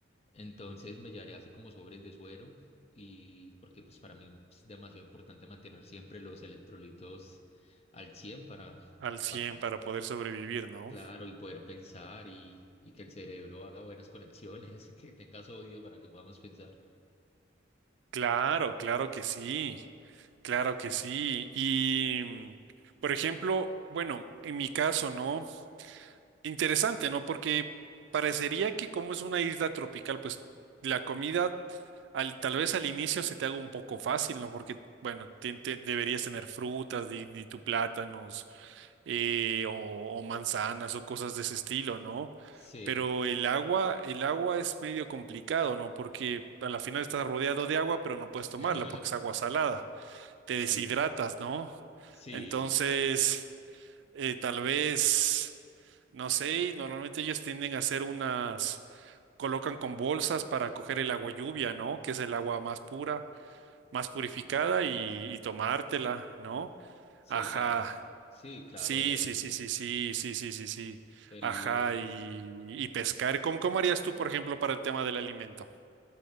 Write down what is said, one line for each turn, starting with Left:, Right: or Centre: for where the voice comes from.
Left: Entonces me llevaré así como sobres de suero y porque pues para mí es demasiado importante mantener siempre los electrolitos al 100 para...
Right: al 100
Left: para
Right: para poder sobrevivir, ¿no?
Left: Claro, y poder pensar y, y que el cerebro haga buenas conexiones, <laughs> que tengas odio para que podamos pensar.
Right: Claro, claro que sí, claro
Left: S-
Right: que sí. Y, mm, por ejemplo, bueno, en mi caso, ¿no? Interesante, ¿no? Porque parecería que como es una isla tropical, pues la comida al, tal vez al inicio se te haga un poco fácil, ¿no? Porque, bueno, te- te- deberías tener frutas, di, di tu plátanos, eh, o, o manzanas o cosas de ese estilo, ¿no?
Left: Sí,
Right: Pero el agua, el agua es medio complicado, ¿no? Porque a la final estás rodeado de agua, pero no puedes tomarla
Left: <laughs>
Right: porque es agua salada, te deshidratas,
Left: sí,
Right: ¿no?
Left: sí,
Right: Entonces,
Left: sí,
Right: eh, tal vez, no sé, normalmente ellos tienden a hacer unas, colocan con bolsas para coger el agua lluvia, ¿no? Que es el agua más pura, más purificada y, y tomártela, ¿no?
Left: sí,
Right: Ajá.
Left: claro, sí, claro,
Right: Sí,
Left: el,
Right: sí, sí, sí, sí, sí, sí, sí, sí.
Left: el,
Right: Ajá, y, y pescar. ¿Cómo, cómo harías tú, por ejemplo, para el tema del alimento?